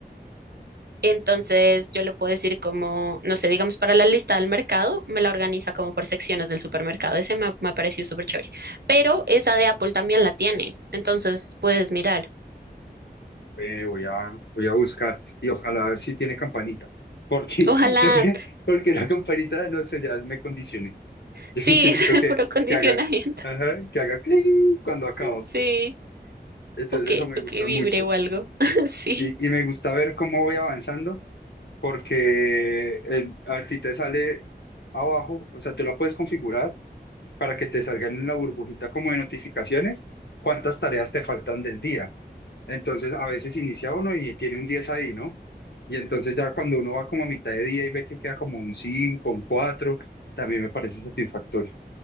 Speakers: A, on the right; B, on the left.
A: Entonces yo le puedo decir como, no sé, digamos para la lista del mercado, me la organiza como por secciones del supermercado. Ese me, ha- me ha parecido súper chévere. Pero esa de Apple también la tiene. Entonces puedes mirar.
B: Eh, voy a, voy a buscar y ojalá a ver si tiene campanita. Porque,
A: Ojalá,
B: <laughs> lo que, porque la campanita, no sé, ya me condicioné Yo
A: sí,
B: <laughs> necesito
A: <laughs>
B: que,
A: es puro condicionamiento.
B: que haga, ajá, que haga cling cuando acabo.
A: Sí,
B: Entonces
A: o que,
B: eso me
A: o
B: gusta
A: que vibre
B: mucho.
A: o algo. <laughs> Sí.
B: Sí, y me gusta ver cómo voy avanzando porque el, a ti te sale abajo, o sea, tú la puedes configurar para que te salgan en la burbujita como de notificaciones cuántas tareas te faltan del día. Entonces, a veces inicia uno y tiene un 10 ahí, ¿no? Y entonces ya cuando uno va como a mitad de día y ve que queda como un 5 un 4, también me parece satisfactorio.